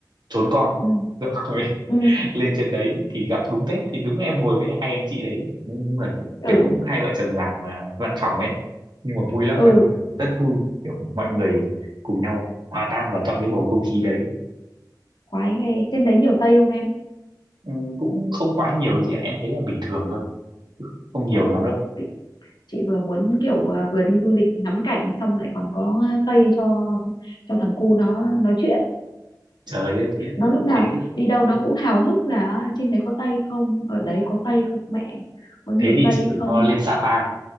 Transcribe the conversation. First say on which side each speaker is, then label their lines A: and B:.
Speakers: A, on the right; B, on the left.
A: trốn con
B: ừ
A: rồi
B: ừ
A: <laughs> lên trên đấy thì gặp đúng Tết thì đúng em ngồi với hai anh chị đấy đúng là cũng-
B: ừ
A: kiểu cũng hai vợ chồng làm à, văn phòng ấy nhưng mà vui lắm
B: ừ
A: nói chung là rất vui kiểu mọi người cùng nhau hòa tan vào trong cái bầu không khí đấy
B: khoái ghê trên đấy nhiều Tây không em
A: ừ, cũng không quá nhiều đâu chị ạ em thấy là bình thường thôi không nhiều
B: ờ
A: lắm đâu
B: chị chị vừa muốn kiểu à, vừa đi du lịch ngắm cảnh xong lại còn có Tây cho cho thằng cu nó nói chuyện
A: trời ơi thế
B: nó lúc nào
A: thế thì
B: đi đâu nó cũng hào hức là "À, trên đấy có Tây không ở đấy có Tây không mẹ có nhiều
A: thế thì
B: Tây
A: chị phải
B: không
A: cho lên Sapa